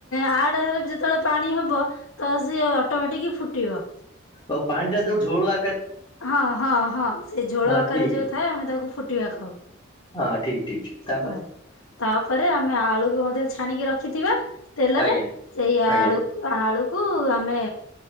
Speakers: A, on the left; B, on the left.
A: ଆଡ ହେଲେ ଯେତେବେଳେ ପାଣି ହବ ତ ସିଏ ଅଟମେଟିକି ଫୁଟିବ।
B: ଆଉ ପାଣି ଟା ଯୋଉ ଝୋଳୁ
A: ହଁ ହଁ ହଁ ସେଇ ଝୋଳ
B: ହଁ
A: ଆକାର
B: ଠିକ୍
A: ଯୋଉ
B: ଅଛି।
A: ଥାଏ ଆମେ ତାକୁ ଫୁଟିବା କହୁ।
B: ହଁ ଠିକ୍ ଠିକ୍ ଠିକ୍ ତାପରେ
A: ହ ହ ତା ଆମେ ଆଳୁକୁ ମଧ୍ୟ ଛାଣିକି ରଖିଥିବା ତେଲରେ
B: ଆଜ୍ଞା
A: ସେଇ ଆଳୁକୁ
B: ଆଜ୍ଞା
A: ଆଳୁ କୁ ଆମେ